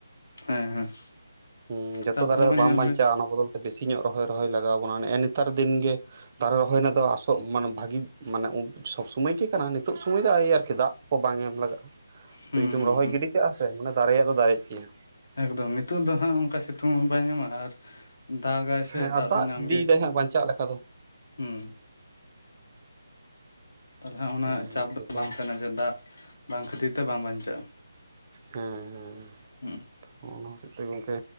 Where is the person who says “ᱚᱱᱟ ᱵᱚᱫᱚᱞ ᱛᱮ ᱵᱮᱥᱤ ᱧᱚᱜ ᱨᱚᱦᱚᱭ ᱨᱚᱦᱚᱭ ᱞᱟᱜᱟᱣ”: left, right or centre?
Right